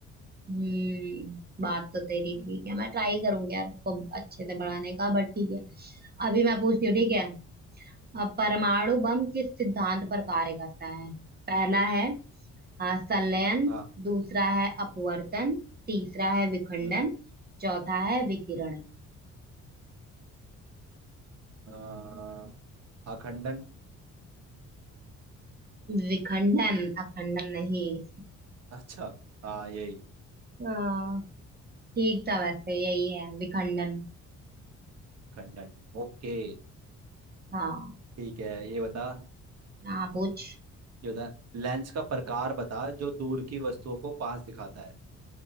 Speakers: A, on the right; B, on the right.
A: हम्म बात तो तेरी
B: हम्म,
A: ठीक है मैं ट्राई करूंगी यार उसको अच्छे से बढ़ाने का बट ठीक है अभी मैं पूछती हूँ ठीक है अब परमाणु बम किस सिद्धांत पर कार्य करता है पहला है आ, संलयन
B: हाँ
A: दूसरा है अपवर्तन तीसरा है विखंडन
B: हम्म,
A: चौथा है विकिरण
B: आ, अखंडन
A: विखंडन अखंडन नहीं
B: अच्छा हाँ यही
A: हाँ, ठीक था वैसे यही है विखंडन
B: खंडन ओके
A: हाँ
B: ठीक है ये बता
A: हाँ पूछ
B: ये बता लेंस का प्रकार बता जो दूर की वस्तुओं को पास दिखाता है